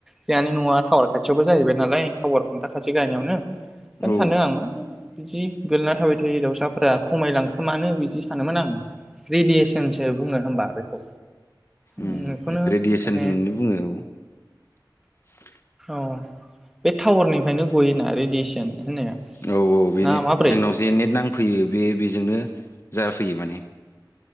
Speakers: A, in the centre; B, on the left.
A: जोंहानि न'आ टावार खाथियावबो जाहैबाय नालाय टावार खुन्थाखासे गायनायावनो
B: औ
A: सानदों आं मानो बिदि गोलैना थाबाय थायो दावउसाफोरा खमायलांखो मानो बिदि सानोमोन आं। रेडियेसनसो बुङो होमबा बेखौ
B: उम
A: बेखौनो
B: रेडियेसन
A: माने
B: होननानै बुङो औ
A: अ बे टावारनिफ्रायनो गयोना रेडियेसन होननाया
B: औ औ बेनो
A: ना माब्रै
B: जोंनाव जे नेट नांफैयो बे बेजोंनो जाफैयो माने